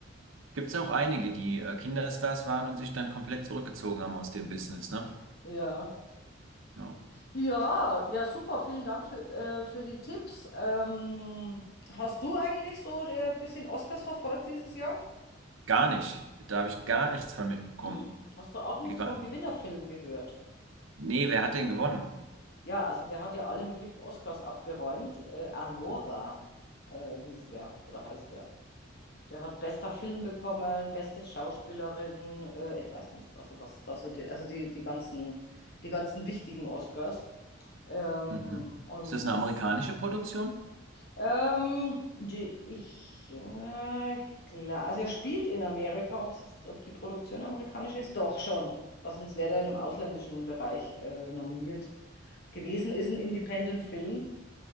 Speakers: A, on the right (about 85°); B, on the left (about 55°).
A: Gibt es auch einige, die äh, Kinderstars waren und sich dann komplett zurückgezogen haben aus dem Business, ne?
B: Ja.
A: Ja.
B: Ja, ja, super. Vielen Dank für, äh, für die Tipps. Ähm, hast du eigentlich so ein bisschen Oscars verfolgt dieses Jahr?
A: Gar nicht. Da habe ich gar nichts von mitbekommen.
B: Hm, Hast du auch nicht
A: Wie war?
B: vom Gewinnerfilm gehört?
A: Nee, wer hat denn gewonnen?
B: Ja, also der hat ja alle möglichen Oscars abgeräumt. Äh, Anora äh, hieß der oder heißt der. Der hat bester Film bekommen, beste Schauspielerin, äh, ich weiß nicht, also was, also die, also die, die ganzen, die ganzen wichtigen Oscars. Ähm,
A: Mhm.
B: und
A: Ist das eine
B: das,
A: amerikanische Produktion?
B: ähm, die, ich, äh, ich klar, also er spielt in Amerika, ob jetzt, ob die Produktion amerikanisch ist, doch schon. Was sonst wäre der in einem ausländischen Bereich äh, nominiert gewesen, ist ein Independent-Film